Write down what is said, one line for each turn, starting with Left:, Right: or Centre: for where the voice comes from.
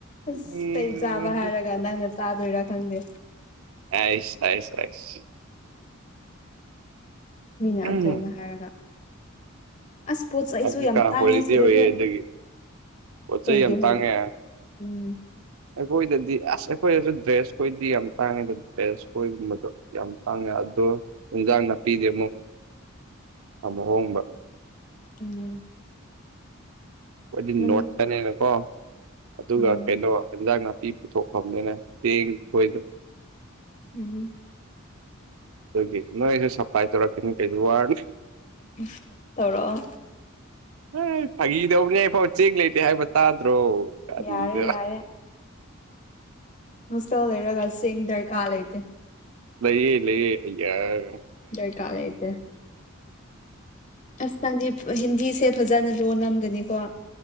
Left: ꯑꯁ
Right: ꯎꯝ
Left: ꯆꯩ ꯆꯥꯕ ꯍꯥꯏꯔꯒ ꯅꯪꯅ ꯆꯥꯗꯣꯏꯔꯥ ꯈꯪꯗꯦ꯫
Right: ꯑꯩꯁ ꯑꯩꯁ ꯑꯩꯁ꯫
Left: ꯃꯤꯅ
Right: ꯎꯝ
Left: ꯑꯆꯦꯡꯕ ꯍꯥꯏꯔꯒ꯫ ꯑꯁ ꯄꯣꯠ ꯆꯩꯖꯨ
Right: ꯍꯧꯖꯤꯛꯀꯥꯟ
Left: ꯌꯥꯝ ꯇꯥꯡꯉꯦ
Right: ꯍꯣꯂꯤꯗꯦ
Left: ꯁꯤꯗꯗꯤ
Right: ꯑꯣꯏꯌꯦ ꯑꯗꯨꯒꯤ ꯄꯣꯠ
Left: ꯀꯩꯒꯤ
Right: ꯆꯩ ꯌꯥꯝ
Left: ꯍꯣꯜꯂꯤ
Right: ꯇꯥꯡꯉꯦ
Left: ꯎꯝ
Right: ꯑꯩꯈꯣꯏꯗꯗꯤ ꯑꯁ ꯑꯩꯈꯣꯏꯗꯁꯨ ꯗ꯭ꯔꯦꯁ ꯈꯣꯏꯗꯤ ꯌꯥꯝ ꯇꯥꯡꯉꯦꯗ ꯗ꯭ꯔꯦꯁ ꯈꯣꯏꯒꯨꯝꯕꯗꯣ ꯌꯥꯝ ꯇꯥꯡꯉꯦ ꯑꯗꯣ ꯏꯟꯖꯥꯡ ꯅꯥꯄꯤꯗꯤ ꯑꯃꯨꯛ ꯑꯃꯨꯛ ꯍꯣꯡꯕ
Left: ꯎꯝ
Right: ꯑꯩꯈꯣꯏꯗꯤ
Left: ꯅꯪ
Right: ꯅꯣꯔꯠꯇꯅꯦꯅꯀꯣ ꯑꯗꯨꯒ
Left: ꯎꯝ
Right: ꯀꯩꯅꯣ ꯏꯟꯖꯥꯡ ꯅꯥ ꯄꯤ ꯄꯨꯊꯣꯛꯐꯝꯅꯤꯅ ꯇꯦꯡ ꯊꯣꯏꯗ
Left: ꯎꯝ
Right: ꯑꯗꯨꯒꯤ ꯅꯣꯏꯖꯨ ꯁꯞꯄ꯭ꯂꯥꯏ ꯇꯧꯔꯛꯀꯅꯤ ꯀꯩꯁꯨ ꯋꯥꯔꯨꯅꯨ
Left: ꯎꯝ ꯇꯧꯔꯛꯑꯣ
Right: ꯍꯥꯏ ꯐꯥꯒꯤꯗꯧꯕꯅꯦ ꯐꯣꯟ ꯆꯦꯡ ꯂꯩꯇꯦ ꯍꯥꯏꯕ ꯇꯥꯗ꯭ꯔꯣ ꯀꯔꯤꯅꯣ
Left: ꯌꯥꯔꯦ ꯌꯥꯔꯦ ꯍꯣꯁꯇꯦꯜ ꯂꯩꯔꯒ ꯆꯦꯡ ꯗꯔꯀꯥꯔ ꯂꯩꯇꯦ
Right: ꯂꯩꯌꯦ ꯂꯩꯌꯦ ꯑꯥꯌꯥꯔ
Left: ꯗꯔꯀꯥꯔ ꯂꯩꯇꯦ ꯑꯁ ꯅꯪꯗꯤ ꯍꯤꯟꯗꯤꯁꯦ ꯐꯖꯅ ꯂꯣꯟꯂꯝꯒꯅꯤꯀꯣ